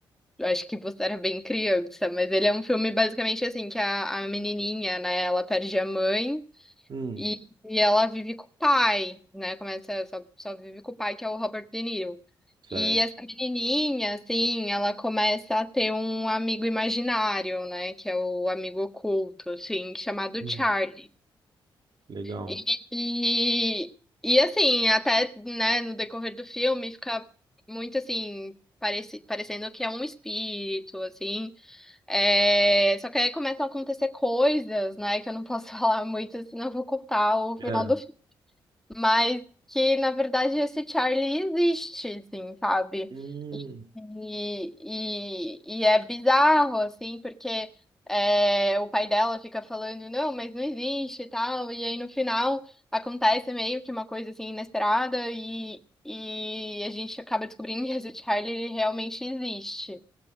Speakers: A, in the centre; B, on the right.
A: eu acho que você era bem criança, mas ele é um filme basicamente assim, que a, a menininha, né, ela perde a mãe
B: Hum,
A: e, e ela vive com o pai, né? Começa, só, só vive com o pai, que é o Robert De Niro.
B: certo.
A: E essa menininha, assim, ela começa a ter um amigo imaginário, né? Que é o amigo oculto, assim, chamado
B: Hum,
A: Charlie.
B: legal.
A: E, e, e, assim, até, né, no decorrer do filme, fica muito, assim, parece, parecendo que é um espírito, assim. É, só que aí começam a acontecer coisas, né, que eu não posso <laughs> falar muito, senão eu vou contar o final
B: É.
A: do mas que na verdade esse Charlie existe, assim, sabe?
B: Hum,
A: E, e, e é bizarro, assim, porque é, o pai dela fica falando, não, mas não existe e tal, e aí no final acontece meio que uma coisa assim inesperada e. E a gente acaba descobrindo que esse Charlie ele realmente existe.